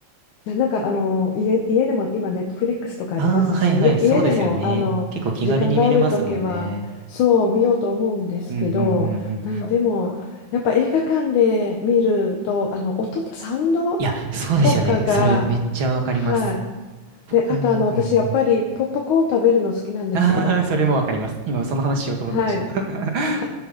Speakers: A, on the left; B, on the right.
A: いや、なんかあの家、家でも今、ネットフリックスとかありますし、
B: ああ、はいはい、
A: 家家でもあの時間があるときはそう見ようと思うんですけど、
B: そうですよね。結構気軽に見れますもんね。うんうんうんうん。
A: まあ、でもやっぱ映画館で見るとあの音、サウンド
B: いや、そうですよね。
A: とかが、
B: それめっちゃわかります。
A: はい、
B: 僕も、
A: で、あとあの私、
B: うんうん。
A: やっぱりポップコーン食べるの好きなんですよ。
B: ああ、それもわかります。今その話しようと思ってました。
A: はい、は、